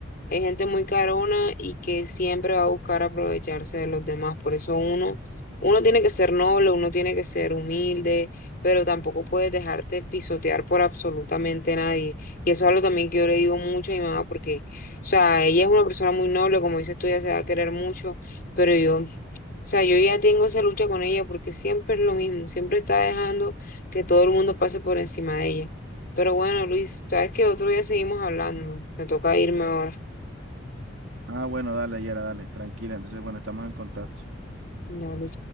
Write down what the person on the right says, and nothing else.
Ah, bueno, dale, Yera, dale, tranquila. Entonces, bueno, estamos en contacto.